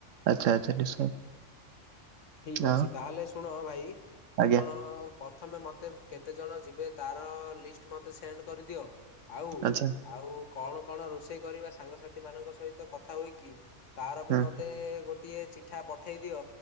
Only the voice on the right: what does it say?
ଆଚ୍ଛା, ଆଚ୍ଛା ନିଶ୍ଚୟ।
ଆଉ
ଆଜ୍ଞା
ଆଚ୍ଛା
ହୁଁ